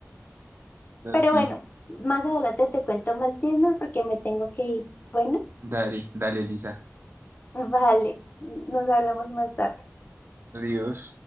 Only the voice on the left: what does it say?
Pero
bueno, más adelante te cuento más chismes porque me tengo que ir. Bueno,
<laughs> vale, nos hablamos más tarde.